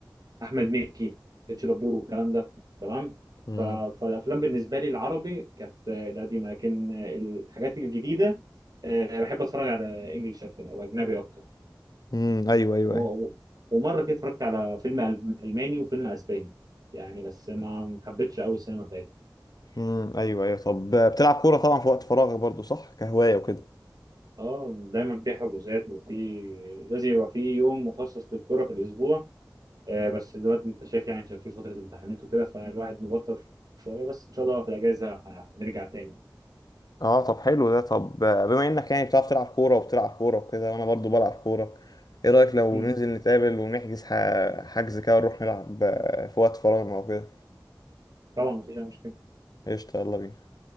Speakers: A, on the right (about 55°); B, on the left (about 55°).
A: احمد مكي اتش دبور والكلام ده تمام
B: امم
A: ف- فالافلام بالنسبه لي العربي كانت آه، القديمه لكن آه، الحاجات الجديده آه، بحب اتفرج على انجلش اكتر او اجنبي اكتر
B: أمم، ايوه ايوه
A: و-
B: ايوه
A: و- ومره كده اتفرجت على فيلم ألم- الماني وفيلم اسباني يعني بس ما ما حبيتش قوي السينما بتاعتهم
B: امم ايوه ايوه طب آه، بتلعب كوره طبعا في وقت فراغك برضو صح كهوايه وكده
A: اه دايما في حجوزات وفي لازم يبقى في يوم مخصص للكرة في الأسبوع آه بس دلوقتي أنت شايف يعني عشان في فترة امتحانات وكده فالواحد مبطل شوية بس إن شاء الله في الأجازة هنرجع تاني
B: اه طب حلو ده طب آه، بما انك يعني بتعرف تلعب كوره وبتلعب كوره وكده وانا برضو بلعب كوره ايه رايك لو
A: مم.
B: ننزل نتقابل ونحجز ح- حجز كده ونروح نلعب آه، في وقت فراغنا وكده
A: طبعا مفيش أي مشكلة
B: قشطة يلا بينا